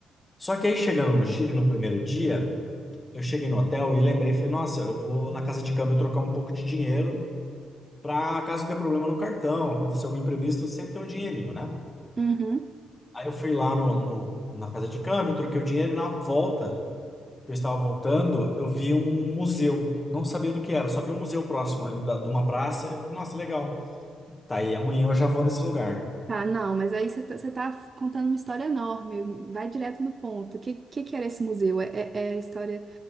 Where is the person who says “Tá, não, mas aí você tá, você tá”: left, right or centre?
Right